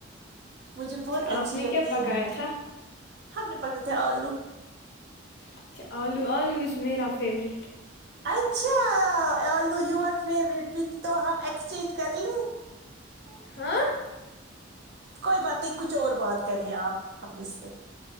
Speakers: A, on the right; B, on the left.
A: مجھے بہت
B: اچھا
A: اچھی
B: آپ نے
A: لگتی
B: کیا پکایا
A: ہے بھنندی
B: تھا
A: ہم نے پکڑے تھے آلو
B: اچھا آلو آلو از میرا فیوریٹ
A: اچھا آو یو فیورٹ تو ہم ایکسچینج کر لیں ہ <inaudible>
B: ہاں <unintelligible>
A: کوئی بات نہیں کچھ اور بات کریں آپ ہم مجھ سے